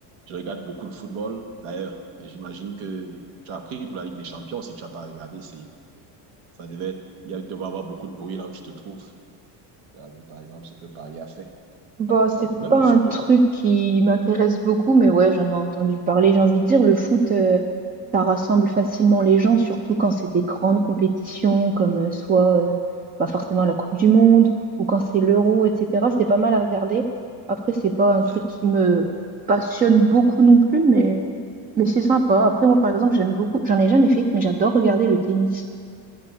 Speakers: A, on the right; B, on the right.
A: je regarde beaucoup le football. D'ailleurs, j'imagine que tu as appris pour la Ligue des Champions. Si tu n'as pas regardé, c'est, ça devait être, il y a- il devait y avoir beaucoup de bruit là où tu te trouves. Tu as vu, par exemple, ce que Paris a fait.
B: Bah, c'est
A: Donc, même
B: pas
A: le
B: un
A: football.
B: truc qui m'intéresse beaucoup, mais ouais, j'en ai entendu parler. J'ai envie de dire, le foot, euh, ça rassemble facilement les gens, surtout quand c'est des grandes compétitions, comme euh, soit euh, bah, forcément la Coupe du Monde, ou quand c'est l'Euro, etc. C'est pas mal à regarder. Après, c'est pas un
A: Ouais.
B: truc qui me passionne beaucoup non plus, mais, mais c'est sympa. Après, moi, par exemple, j'aime beaucoup, j'en ai jamais fait, mais j'adore regarder le tennis.